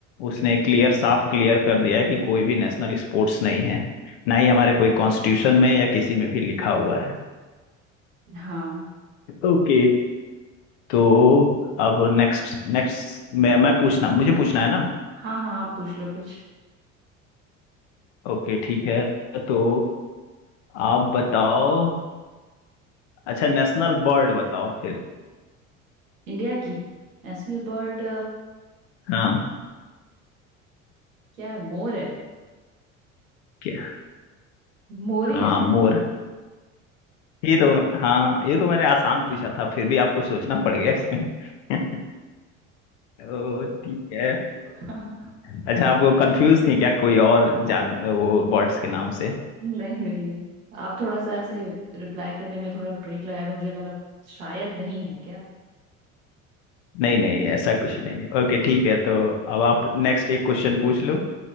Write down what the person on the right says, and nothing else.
हाँ
हाँ हाँ आप पूछ लो कुछ
इंडिया की नेशनल बर्ड
क्या है मोर है
मोर
ही है ना
<laughs>
नहीं नहीं नहीं आप थोड़ा सा ऐसे रिप्लाई करने में थोड़ा ब्रेक लगाया तो मुझे लगा शायद नहीं है क्या